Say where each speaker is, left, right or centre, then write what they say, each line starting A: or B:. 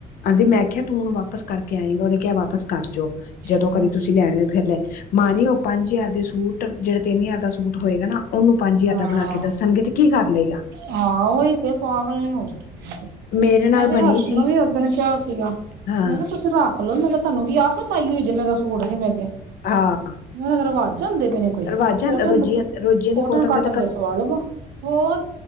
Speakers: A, on the left; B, on the right.
A: ਤੇ, ਮੈਂ ਅਖਿਆ ਤੂੰ ਹੁਣ ਵਾਪਿਸ ਕਰਕੇ ਆਏਂਗਾ, ਉਹਨੇ ਕਿਹਾ ਵਾਪਸ ਕਰ ਜਾਓ। ਜਦੋਂ
B: ਹੈ
A: ਕਦੀ ਤੁਸੀਂ ਲੈਣੇ ਹੋ ਫਿਰ ਲੈ ਮਾਨੀ ਉਹ ਪੰਜ-ਹਜ਼ਾਰ ਦੇ ਸੂਟ ਹਨ, ਜਿਹੜਾ ਤਿੰਨ-ਹਜ਼ਾਰ ਦਾ ਸੂਟ ਹੋਏਗਾ ਨਾ ਉਹਨੂੰ ਪੰਜ ਹਜ਼ਾਰ
B: ਹਾਂ
A: ਦਾ ਬਣਾਕੇ ਦੱਸਾਂਗੀ, ਤੇ ਕੀ ਕਰ ਲੇਗਾ?
B: ਹਾਂ, ਉਹੀ ਤੇ ਪਾਗਲ ਨੇ ਹੋਰ ਕੀ।
A: ਮੇਰੇ ਨਾਲ
B: ਮੈਂ ਤੇ
A: ਬਣੀ
B: ਹਰਸ਼
A: ਸੀ
B: ਨੂੰ ਵੀ ਓਦਨ ਕਿਹਾ ਸੀਗਾ,
A: ਹਾਂ
B: ਮੈਂ ਕਿਹਾ ਤੁਸੀ ਰਾ ਖਲੋ ਮੈਂ ਕਿਹਾ ਤੁਾਨੂੰ ਕੀ ਆਫਤ ਆਈ ਹੋਈ, ਜਿੰਨਾ ਦਾ ਸੂਟ ਸੀ ਮੈਂ ਕਿਹਾ।
A: ਹਾਂ।
B: ਓਹਨਾਂ ਦੇ ਰ੍ਹਵਾਜ਼ ਚੱਲਦੇ ਪਏ ਨੇ, ਕੋਈ?
A: ਰਿਵਾਜ਼ਾਂ
B: ਕੋਟਨ
A: ਰੋਜ਼ੀਆਂ ਰੋਜ਼ੀਆਂ
B: ਕੋਟਨ-ਕਾਟਨ
A: ਦੇ ਕੋਟਨ ਦਾ
B: ਦੇ ਸਵਾ ਲਵੋ। ਹੋਰ